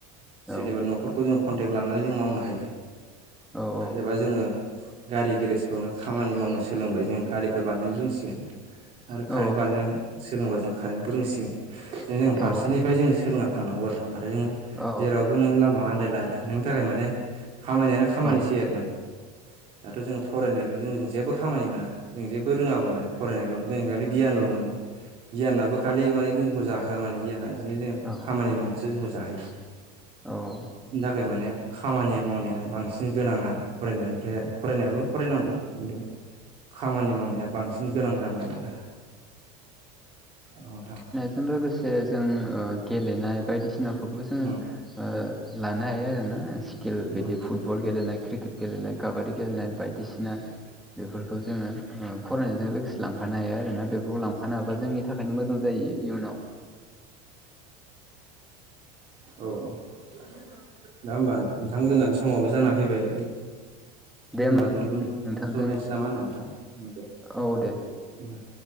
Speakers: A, in the centre; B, on the right.
A: औ
B: सोरनिबा न'फोर जों कन्टेक्ट लानानै जों मावनो हायो।
A: औ
B: एबा जोङो गारि गेरेजफ्रावनो खामानि मावनो सोलोंबाय जों गारिफोर बानायनो रोंसिगोन। आरो
A: औ
B: कारेन्ट बानायनो सोलोंबा जों कारेन्टबो रोंसिगोन। जों
A: औ
B: फारसेनिफ्राय जों सोलोंना थानांगौ आरो ओमफ्राथाय जोङो
A: औ
B: जेरावबो नोङो लामा आनदायला आरो नों नि थाखाय माने खामानियानो खामानिसै
A: औ
B: आरो माने दाथ' जोङो फरायनायल' जोंजों जेबो खामानि मोना जों जेबो रोङाबो माने फरायनायल' जों खालि गियानल' मोनो गियानाबो खालि माने जोंखौ जाहोआ माने गियाना इदिनो जोङो
A: औ
B: खामानि मावनानैसो जोंखौ जाहोयो।
A: औ
B: थाखाय माने खामानिया मावनाया बांसिन गोनां आरो फरायनायनिफ्राय आरो फरायनायावबो फरायनांगौ खिन्थु खामानि मावनाया बांसिन गोनां जानांगौ आरो। औ नोंथां
A: जों लोगोसे जों ओ गेलेनाय बायदिसिनाफोरखौबो जोङो
B: उम
A: ओ लानो हायो आरोना स्किल
B: उम
A: बिदि
B: औ
A: फुट बल गेलेनाय क्रिकेट गेलेनाय काबादि गेलेनाय बायदिसिना बेफोरखौ जोङो फरायनायजों लोगोसे लांफानो हायो आरोना बेफोरखौ लांफानो हाबा
B: औ
A: जोंनि थाखायनो मोजां जायो इयुनाव।
B: औ <inaudible> दा ओमबा नोंथां जोना समावबो जाना फैबाय
A: दे
B: ओमबा
A: होमबा
B: जों दोनथ'
A: नोंथांजों
B: लायनोसै मा होनो नोंथां ओं दे
A: औ दे
B: उम <unintelligible>